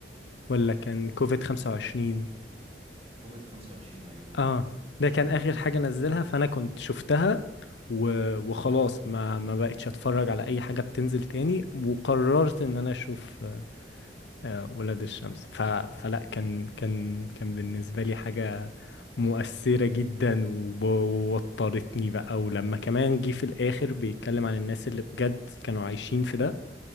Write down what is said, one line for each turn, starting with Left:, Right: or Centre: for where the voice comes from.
Left: ولا كان كوفيد 25
Right: كوفيد 25 ايوه هو
Left: اه
Right: ده
Left: ده كان اخر حاجه نزلها فانا كنت شفتها و... وخلاص ما ما بقتش اتفرج على اي حاجه بتنزل تاني وقررت ان انا اشوف آه، ولاد الشمس ف... فلا كان كان كان بالنسبه لي حاجه مؤثره جدا وب... ووترتني بقى ولما كمان جه في الاخر بيتكلم عن الناس اللي بجد كانوا عايشين في ده